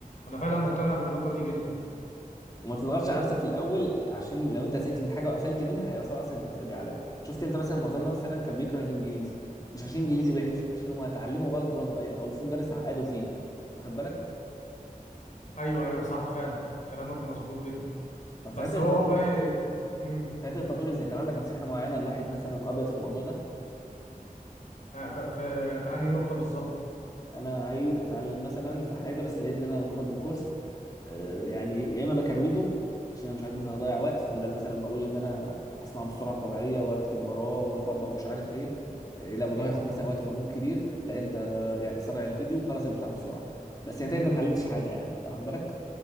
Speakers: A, on the left (about 60°); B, on the left (about 25°).
A: انا فعلا مقتنع بالنقطة دي جدا
B: وما تضغطش على نفسك في الاول عشان لو انت زهقت من حاجه وقفلت منها هيبقى صعب اصلا انت ترجع لها شفت انت مثلا معظمنا مثلا كان بيكره الانجليزي مش عشان انجليزي وحش عشان هو اتعلمه غلط وهو صغير او في مدرس عقده فيه واخد بالك
A: ايوه ايوه صح فعلا كلامك مظبوط جدا
B: طب
A: بس
B: في حته
A: هو
B: التطوير
A: والله امم
B: في حته التطوير ازاي كان عندك نصيحه معينه لواحد مثلا ابيض في الموضوع ده
A: في في انهي نقطه بالظبط
B: انا عايز اتعلم مثلا في حاجه بس لقيت ان انا باخد الكورس آه، يعني يا اما بكرويته عشان انا مش عايز مثلا اضيع وقت فبدل مثلا ما اقول ان انا هسمعه بالسرعه الطبيعيه واكتب وراه واطبق ومش عارف ايه آه، لا الموضوع
A: امم
B: هياخد مثلا وقت ومجهود كبير لا انت آه، يعني سرع الفيديو وخلص البتاع بسرعه بس انت
A: امم
B: انت ما اتعلمتش حاجه يعني انت واخد بالك